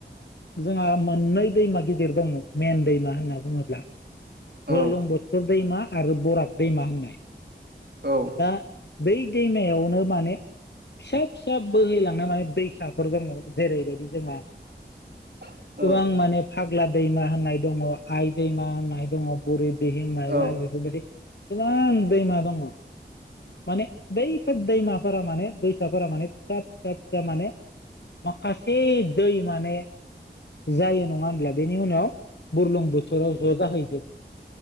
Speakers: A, on the left; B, on the right.
A: जोंहा मोननै दैमा गिदिर दङ मेन दैमा होनना बुङोब्ला। बुलुंबुथुर
B: औ
A: दैमा आरो बराग दैमा होननाय।
B: औ।
A: दा बै दैमायावनो माने फिसा फिसा बोहैलांनाय माने दैसाफोर दङ। जेरैबायदि जोंहा
B: औ
A: गोबां माने। फाग्ला दैमा होननाय दङ आइ दैमा होननाय दङ बुरि दिहिं मायबा
B: औ
A: बेफोर बायदि। गोबां दैमा दङ। माने बैफोर दैमाफोरा माने दैसाफोरा माने फिसा फिसा फिसा माने। माखासे दै माने जायो नङा होनब्ला बेनि उनाव। बुरलुं बोथोराव ज' जाहैजोबो।